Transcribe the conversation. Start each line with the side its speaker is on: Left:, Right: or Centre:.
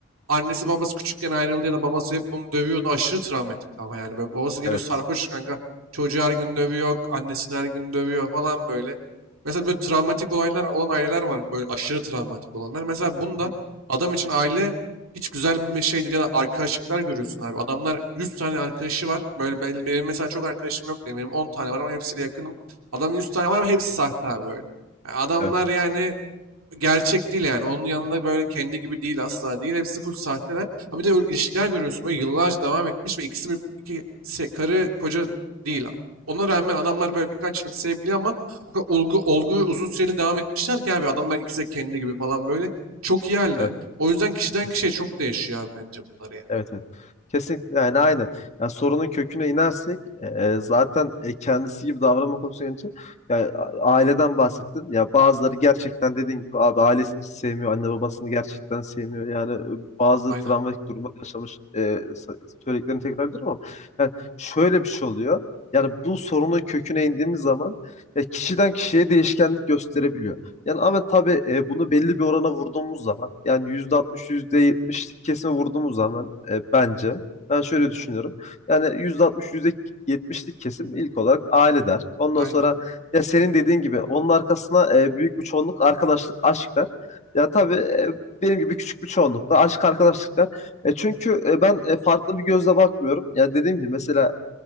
Right: annesi babası küçükken ayrıldı ya da babası hep bunu dövüyordu. Aşırı travmatik ama yani. Böyle babası geliyor
Left: Evet.
Right: sarhoş kanka. Çocuğu her gün dövüyor. Annesini her gün dövüyor falan böyle. Mesela böyle travmatik olaylar olan aileler var. Böyle aşırı travmatik olanlar. Mesela bunda
Left: Hı hı.
Right: adam için aile hiç güzel bir şey değil. Ya da arkadaşlıklar görüyorsun abi. Adamlar 100 tane arkadaşı var. Böyle ben- benim mesela çok arkadaşım yok değil. Benim 10 tane var ama hepsiyle yakınım. Adamın 100 tane var ama hepsi sahte abi böyle. Yani adamlar
Left: Evet.
Right: yani gerçek değil yani. Onun yanında böyle kendi gibi değil asla değil. Hepsi full sahteler. Ama bir de o ilişkiler görüyorsun böyle yıllarca devam etmiş ve ikisi bir iki se- karı koca değil. Ona rağmen adamlar böyle birkaç yıllık sevgili ama o kadar olgu, olgu ve uzun süreli devam etmişler ki abi adamlar ikisi de kendi gibi falan böyle. Çok iyi halde.
Left: Evet.
Right: O yüzden kişiden
Left: Kesin.
Right: kişiye çok değişiyor abi bence bunları ya.
Left: Evet evet. Kesinlikle yani aynen. Ya sorunun köküne inersek e, zaten e, kendisi gibi davranma konusuna gelince ya a- aileden bahsettin. Ya bazıları gerçekten dediğin gibi abi ailesini hiç sevmiyor, anne babasını gerçekten sevmiyor. Yani e, bazı
Right: Aynen.
Left: travmatik durumlar yaşamış e, sa- söylediklerini tekrar ediyorum ama yani şöyle bir şey oluyor. Yani bu sorunun köküne indiğimiz zaman ya kişiden kişiye değişkenlik gösterebiliyor. Yani ama tabii e, bunu belli bir orana vurduğumuz zaman yani yüzde altmış yüzde yetmişlik kesime vurduğumuz zaman e, bence ben şöyle düşünüyorum. Yani yüzde altmış yüzde yetmişlik kesim ilk olarak aile der. Ondan
Right: Aynen.
Left: sonra ya senin dediğin gibi onun arkasına e, büyük bir çoğunluk arkadaşlık aşk der. Ya tabii e, benim gibi küçük bir çoğunluk da aşk arkadaşlık der. E, çünkü e, ben e, farklı bir gözle bakmıyorum. Ya dediğim gibi mesela